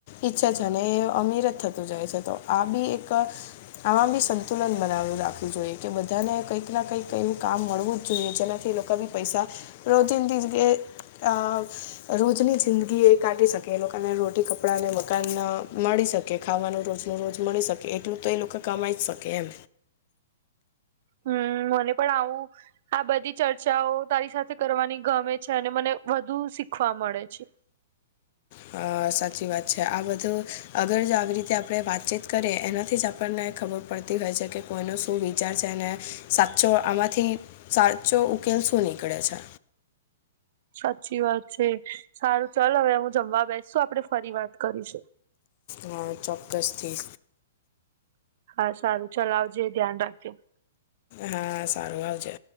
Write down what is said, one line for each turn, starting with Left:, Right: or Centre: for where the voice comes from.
Left: ઈચ્છે છે અને અમીર જ થતો જાય છે તો આબી એક આમાં બી સંતુલન બનાવી રાખવું જોઈએ. કે બધાને કંઈક ને કંઈક કઈ કામ મળવું જ જોઈએ જેનાથી લો પૈસા રોજિંદી જ કે અ રોજની જિંદગી એ કાઢી શકે એલોકાને રોટી, કપડાં અને મકાન મળી શકે ખાવાનું રોજ રોજ મળી શકે એટલું તો એ લોકો કમાઈ જ શકે એમ
Right: હા, મને પણ આવુ આ બધી ચર્ચાઓ તારી સાથે કરવાની ગમે છે, અને મને વધુ શીખવા મળે છે.
Left: હા, સાચી વાત છે. આ બધું અગર જો આવી રીતે આપણે વાતચીત કરીએ એનાથી જ આ પણને ખબર પડતી હોય છે કે કોનો શું વિચાર છે ને સાચો આમાંથી સાચો ઉકેલ શું નીકળે છે.
Right: સાચી વાત છે. સારું, ચાલ હવે હું જમવા બેસું. આપણે ફરીથી વાત કરીશું.
Left: હા, ચોક્કસ થી.
Right: હા, સારું. ચાલ, આવજે ધ્યાન રાખજે.
Left: હા, સારું. આવજે.